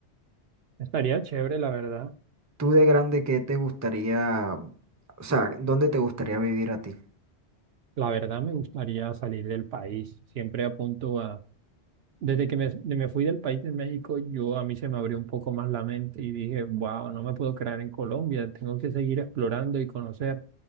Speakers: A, on the right; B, on the right.
A: Estaría chévere, la verdad.
B: Tú de grande, ¿qué te gustaría, o sea, dónde te gustaría vivir a ti?
A: La verdad me gustaría salir del país. Siempre apunto a... Desde que me, de- me fui del país de México, yo a mí se me abrió un poco más la mente y dije, wow, no me puedo quedar en Colombia, tengo que seguir explorando y conocer.